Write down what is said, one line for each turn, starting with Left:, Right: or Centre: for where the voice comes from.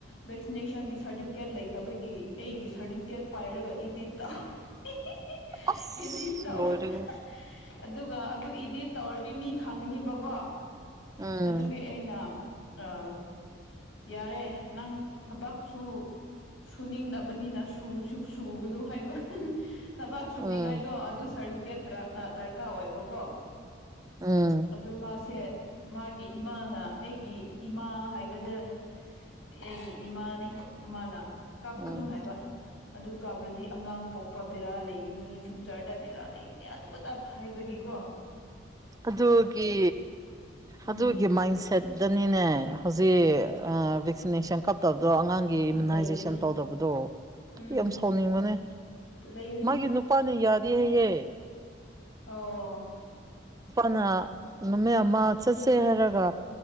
Left: ꯚꯦꯛꯁꯤꯅꯦꯁꯟꯒꯤ ꯁꯥꯔꯇꯤꯐꯤꯀꯦꯠ ꯂꯩꯇꯕꯒꯤ ꯑꯩꯒꯤ ꯁꯥꯔꯇꯤꯐꯤꯀꯦꯠ ꯄꯥꯏꯔꯒ ꯏꯠ ꯗꯤꯠ ꯇꯧꯢ ꯍꯤ ꯍꯤ
Right: ꯑꯁ
Left: ꯢ ꯏꯗꯤꯠ ꯇꯥꯩꯋꯦꯍꯦ
Right: ꯂꯣꯏꯔꯦꯍꯦ
Left: ꯍꯦ ꯑꯗꯨꯒ ꯑꯗꯨ ꯏꯗꯤꯠ ꯇꯧꯔꯗꯤ ꯃꯤ ꯈꯪꯒꯅꯤꯕꯀꯣ
Right: ꯎꯝ
Left: ꯑꯗꯨꯒꯤ ꯑꯩꯅꯥ ꯑꯥ ꯌꯥꯔꯦ ꯅꯪ ꯊꯕꯛꯁꯨ ꯁꯨꯅꯤꯡꯗꯕꯅꯤꯅ ꯁꯨꯔꯁꯨ ꯁꯨꯒꯅꯨ ꯍꯥꯏꯕꯥ ꯊꯕꯛ ꯁꯨꯅꯤꯡꯉꯥꯏꯗꯣ
Right: ꯎꯝ
Left: ꯑꯗꯨ ꯁꯥꯔꯇꯤꯐꯤꯀꯦꯠꯇ ꯗꯔꯀꯥꯔ ꯑꯣꯏꯕꯀꯣ
Right: ꯎꯝ
Left: ꯑꯗꯨ ꯃꯥꯁꯦ ꯃꯥꯒꯤ ꯏꯃꯥꯅ ꯑꯩꯒꯤ ꯏꯃꯥ ꯍꯥꯏꯒꯗ꯭ꯔꯥ ꯑꯩꯒꯤ ꯏꯃꯥꯅꯤ ꯃꯥꯅ ꯀꯥꯞꯀꯅꯨ
Right: ꯎꯝ
Left: ꯍꯥꯏꯕꯥ ꯑꯗꯨ ꯀꯥꯞꯔꯗꯤ ꯑꯉꯥꯡ ꯄꯣꯛꯄ ꯕꯦꯔꯥ ꯂꯩꯒꯅꯤ ꯐ꯭ꯌꯨꯆꯔꯗ ꯕꯦꯔꯥ ꯂꯩꯒꯅꯤ ꯑꯗꯨ ꯑꯗꯥ ꯍꯥꯏꯕꯒꯤ ꯀꯣ
Right: ꯑꯥꯗꯨ ꯒꯤ
Left: ꯎꯝ
Right: ꯑꯗꯨꯒꯤ ꯃꯥꯏꯟꯁꯦꯠꯇꯅꯤꯅꯦ ꯍꯧꯖꯤꯛ ꯑꯥ ꯚꯦꯛꯁꯤꯅꯦꯁꯟ ꯀꯥꯞ ꯇꯕꯗꯣ ꯑꯉꯥꯡꯒꯤ ꯏꯃ꯭ꯌꯨꯅꯥꯏꯖꯦꯁꯟ
Left: ꯂꯩꯕꯅꯦ
Right: ꯇꯧꯗꯕꯗꯣ
Left: ꯎꯝ
Right: ꯌꯥꯝ ꯁꯥꯎꯅꯤꯡꯕꯅꯦ
Left: ꯂꯩꯕꯅꯦ
Right: ꯃꯥꯒꯤ ꯅꯨꯄꯥꯅ ꯌꯥꯗꯦ ꯑꯥ ꯌꯦ
Left: ꯑꯣ ꯑꯣ
Right: ꯅꯥ ꯅꯨꯃꯤꯠ ꯑꯃ ꯆꯠꯁꯦ ꯍꯥꯏꯔꯒ